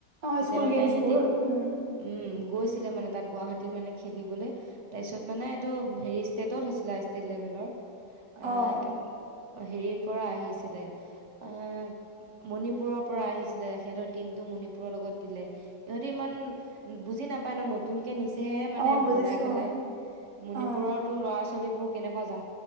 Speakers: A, on the right; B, on the right.
A: অ
B: তেতিয়া
A: স্কুল
B: মানে
A: গ্ৰাস
B: সিহঁতি
A: বোৰ উম
B: উম, গৈছিলে মানে তাত গুৱাহাটীত মানে খেলিবলৈ তাৰপিছত মানে এইটো হেৰি ষ্টেটত হৈছিলে ষ্টেট লেভেলৰ এ
A: অ
B: উ হেৰিৰ পৰা আহিছিলে অ মণিপুৰৰ পৰা আহিছিলে সিহঁতৰ টিমতটো মণিপুৰৰ লগত দিলে সিহঁতে ইমান বুজি নাপায় ন নতুনকে নিচে। নিছে মানে
A: অ বুজিছো
B: বনাই পেলাই।
A: অ
B: মণিপুৰোতো
A: অ
B: ল'ৰা ছোৱালী ছোৱালীবোৰ কেনেুৱা